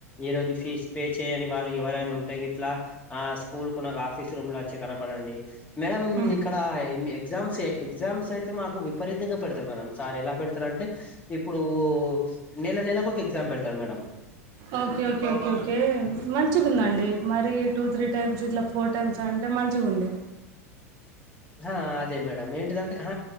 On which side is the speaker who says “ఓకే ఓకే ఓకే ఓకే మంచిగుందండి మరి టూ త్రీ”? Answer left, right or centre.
Right